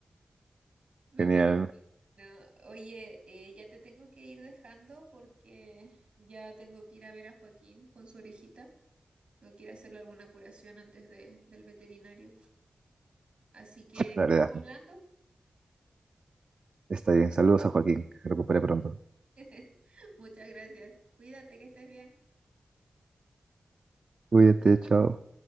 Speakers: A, on the right; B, on the right.
A: me
B: Genial.
A: parece. No, Oye, eh, ya te tengo que ir dejando porque ya tengo que ir a ver a Joaquín con su orejita. No quiere hacerle alguna curación antes de, del veterinario. Así que estamos
B: Dale, Dafne.
A: hablando.
B: Está bien. Saludos a Joaquín, que se recupere pronto.
A: <laughs> Muchas gracias. Cuídate, que estés bien.
B: Cuídate, chao.